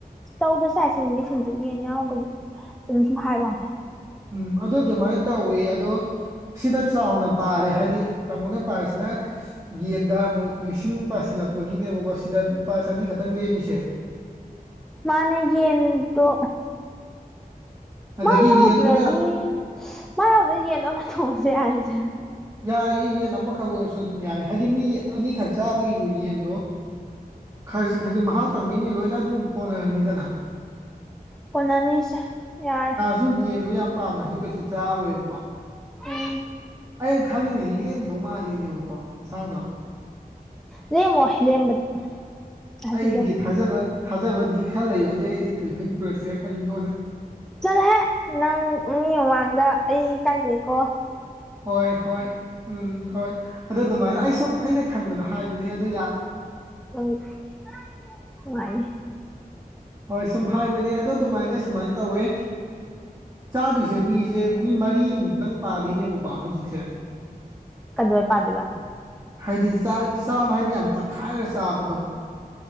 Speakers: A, in the centre; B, on the right.
A: ꯇꯧꯗꯔꯁꯨꯁꯦ ꯃꯤꯃꯤ ꯁꯤꯡꯖꯨ ꯌꯦꯟꯅꯤ ꯍꯥꯎꯕꯒꯤ ꯆꯨꯝꯅ ꯁꯨꯝ ꯍꯥꯏꯕ ꯋꯥꯅꯤ꯫
B: ꯎꯝ ꯑꯗꯨ ꯑꯗꯨꯃꯥꯏꯅ ꯇꯧꯌꯦ ꯑꯗꯣ꯫ ꯁꯤꯅ ꯆꯥꯎꯅ ꯄꯥꯔꯦ ꯍꯥꯏꯗꯤ ꯇꯥꯃꯣꯅ ꯄꯥꯔꯤꯁꯤꯅ꯫ ꯌꯦꯟꯗ ꯑꯃꯨꯛ ꯂꯤꯁꯤꯡ ꯄꯥꯁꯤꯜꯂꯛꯄꯒꯤꯅꯦꯕꯀꯣ ꯁꯤꯗ ꯂꯨꯄꯥ ꯆꯅꯤ ꯈꯛꯇꯪ ꯂꯦꯝꯃꯤꯁꯦ꯫
A: ꯃꯥꯟꯅꯦ ꯌꯦꯟꯗꯣ꯫
B: ꯑꯗꯒꯤ
A: ꯃꯥ ꯌꯥꯎꯗ꯭ꯔꯗꯤ
B: ꯌꯦꯟꯗꯨꯗ
A: ꯃꯥ ꯌꯥꯎꯗ꯭ꯔꯗꯤ ꯌꯦꯟꯗꯣ ꯑꯃ ꯊꯣꯡꯉꯁꯨ ꯌꯥꯔꯦꯁꯦ꯫
B: ꯌꯥꯏꯌꯦ ꯌꯦꯟ ꯑꯃꯈꯛ ꯑꯣꯏꯔꯁꯨ ꯑꯗꯨꯝ ꯌꯥꯏ ꯍꯥꯏꯗꯤ ꯃꯤ ꯑꯅꯤꯈꯛ ꯆꯥꯕꯒꯤꯕꯨ ꯌꯦꯟꯗꯣ ꯈꯖꯤꯛ ꯈꯖꯤꯛ ꯃꯍꯥꯎ ꯇꯪꯕꯩꯗꯤ ꯂꯣꯏꯅ ꯑꯗꯨꯝ ꯀꯣꯟꯅꯔꯅꯤꯗꯅ
A: ꯀꯣꯟꯅꯅꯤꯁꯦ ꯌꯥꯔꯅꯤ
B: ꯗꯨ ꯌꯦꯟꯗꯣ ꯌꯥꯝ ꯄꯥꯝꯅꯁꯨ ꯀꯩꯁꯨ ꯆꯥꯔꯣꯏꯕ
A: ꯎꯝ꯫
B: ꯑꯩꯅ ꯈꯜꯂꯤꯅꯦ ꯂꯦꯝꯗꯧ ꯃꯥꯜꯂꯤꯅꯦꯕꯀꯣ ꯁꯥꯡꯗꯣ꯫
A: ꯂꯦꯝꯃꯣ ꯂꯦꯝꯕꯗꯤ꯫ ꯍꯥꯏꯕꯤꯒꯦ
B: ꯑꯩꯒꯤ ꯊꯥꯖꯕ ꯊꯥꯖꯕꯗꯤ ꯈꯔ ꯂꯩꯌꯕ ꯑꯗꯩ ꯑꯩꯗꯤ ꯇꯤꯂꯤꯐꯤꯟ ꯄꯨꯔꯛꯁꯦꯔ ꯈꯜꯂꯤ ꯂꯣꯟꯅ꯫
A: ꯆꯠꯂꯣꯍꯦ ꯅꯪ ꯃꯤ ꯃꯃꯥꯡꯗ ꯑꯩ ꯏꯀꯥꯏꯖꯩꯀꯣ
B: ꯍꯣꯏ ꯍꯣꯏ ꯎꯝ ꯍꯣꯏ ꯑꯗꯣ ꯑꯗꯨꯃꯥꯏꯅ ꯑꯩ ꯁꯨꯝ ꯑꯩꯅ ꯈꯟꯕꯗ ꯍꯥꯏꯕꯅꯦ ꯑꯗꯨ ꯌꯥ
A: ꯑꯪ ꯅꯨꯡꯉꯥꯏꯌꯦ
B: ꯍꯣꯏ ꯁꯨꯝ ꯍꯥꯏꯕꯅꯦ ꯑꯗꯣ ꯑꯗꯨꯃꯥꯏꯅ ꯁꯨꯃꯥꯏꯅ ꯇꯧꯋꯦ ꯆꯥꯗꯣꯏꯁꯦ ꯃꯤꯁꯦ ꯃꯤ ꯃꯔꯤꯃꯨꯛꯇꯪ ꯄꯥꯗꯣꯏꯅꯦꯕꯀꯣ ꯍꯧꯖꯤꯛꯁꯦ <inaudible>
A: ꯀꯩꯗꯧꯕꯩ ꯄꯥꯗꯣꯏꯕ
B: ꯍꯥꯏꯗꯤ ꯆꯥꯏ ꯆꯥꯕ ꯍꯥꯏꯗꯤ ꯌꯥꯝ ꯇꯛꯈꯥꯏꯔ ꯆꯥꯕꯗꯣ